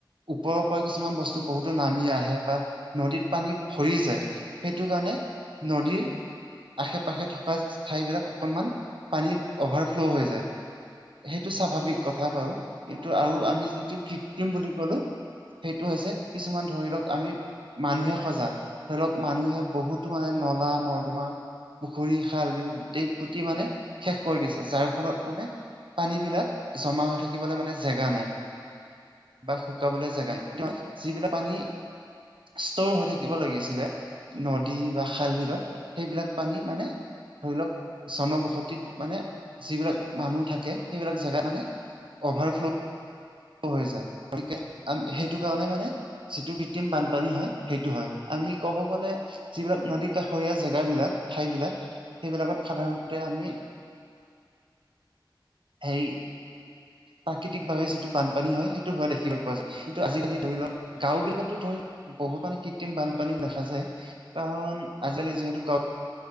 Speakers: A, on the right (about 80°); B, on the right (about 60°).
A: ওপৰ পৰা কিছুমান বস্তু বহুতো নামি আহে বা নদীত পানী ভৰি যায়। সেইটো কাৰণে নদীৰ আশে পাশে থকা ঠাই বিলাক অকনমান পানী অভাৰ ফ্ল' হৈ যায়। সেইটো স্বাভাৱিক
B: উম
A: কথা বাও। কিন্তু আৰু আমি যিটো কৃত্ৰিম বুলি কলো। সেইটো হৈছে কিছুমান ধৰি লওক আমি মানুহে সজা। ধৰি লওক মানুহে বহুতো মানে
B: হয়
A: নলা
B: হয়
A: নৰ্দমা পুখুৰী, খাল, বিল গোটেই গুটি মানে শেষ কৰি দিছে। যাৰ ফলত মানে পানী বিলাক জমা হৈ থাকিবলে মানে জেগা নাই। বা শুকাবলে জেগায় <unintelligible> যিবিলাক পানী ষ্টৰ হৈ থাকিব লাগিছিলে, নদী বা খাল বিলত। সেইবিলাক পানী মানে ধৰি লওক, চনবসতিত মানে যিবিলাক মানুহ থাকে। সেইবিলাক জেগা মানে অভাৰ ফ্ল' হৈ যায়। গতিকে আ সেইটো কাৰণে মানে যিটো কৃত্ৰিম বানপানী হয়, সেইটো হয়। আমি ক'ব গ'লে যিবিলাক নদী কাষৰীয়া জেগাবিলাক ঠাই বিলাক, সেইবিলাকত সাধাৰণতে আমি সেই প্ৰাকৃতিক ভাৱে যিটো বানপানী হয়। সেইটো হোৱা দেখিব পোৱা যায়। কিন্তু আজিকালি ধৰি লওক, গাঁও বিলাকতো ধৰি বহুত মানে কৃত্ৰিম বানপানীও দেখা যায় কাৰণ আজিকালি যিহেতু গাঁও